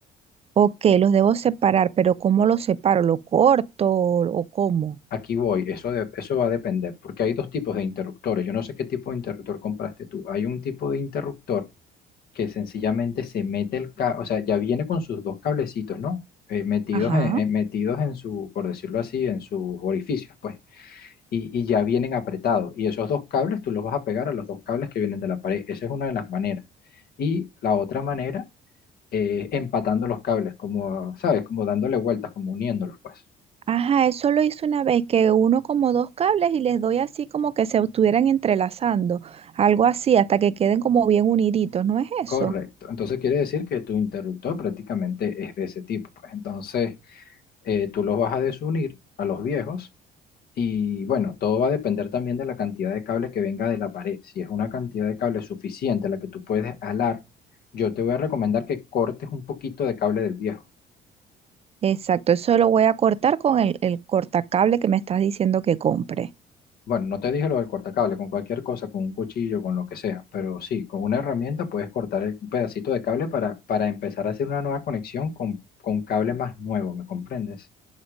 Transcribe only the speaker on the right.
ok, los debo separar, pero ¿cómo los separo? ¿Lo corto o cómo?
Ajá.
Ajá, eso lo hice una vez que uno como dos cables y les doy así como que se estuvieran entrelazando, algo así, hasta que queden como bien uniditos, ¿no es eso?
Exacto, eso lo voy a cortar con el, el cortacable que me estás diciendo que compre.